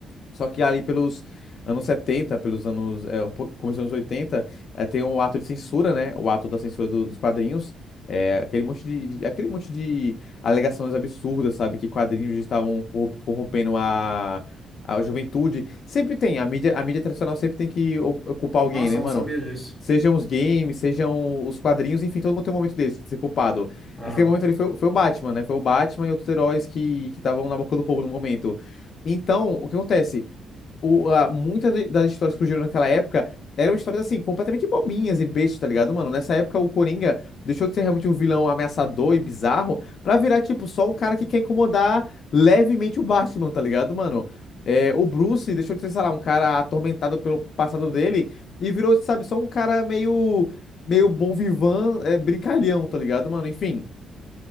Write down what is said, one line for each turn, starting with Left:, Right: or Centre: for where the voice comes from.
Left: Só que ali pelos anos 70, pelos anos, é, um pouco- começo dos anos 80, é, tem o ato de censura, né? O ato da censura do- dos quadrinhos. É, aquele monte de, de- aquele monte de alegações absurdas, sabe? Que quadrinhos estavam corrom- corrompendo a, a juventude. Sempre tem, a mídia, a mídia tradicional sempre tem que o- culpar alguém,
Centre: Nossa,
Left: né,
Centre: eu
Left: mano?
Centre: não sabia disso.
Left: Sejam os games, sejam os quadrinhos, enfim, todo mundo tem um momento deles, de ser culpado.
Centre: Aham.
Left: Aquele momento ali foi, o- foi o Batman, né? Foi o Batman e outros heróis que que estavam na boca do povo no momento. Então, o que acontece? o, a, muitas de- das histórias que surgiram naquela época eram histórias, assim, completamente bobinhas e bestas, tá ligado, mano? Nessa época, o Coringa deixou de ser realmente um vilão ameaçador e bizarro pra virar, tipo, só um cara que quer incomodar levemente o Batman, tá ligado, mano? É, o Bruce deixou de ser, sei lá, um cara atormentado pelo passado dele e virou, sabe, só um cara meio, meio bom vivan, é, brincalhão, tá ligado, mano? Enfim.